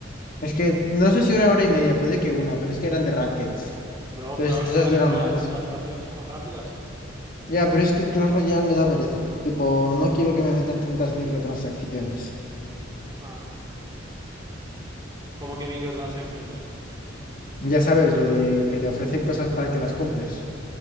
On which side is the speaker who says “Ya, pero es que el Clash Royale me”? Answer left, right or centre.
Left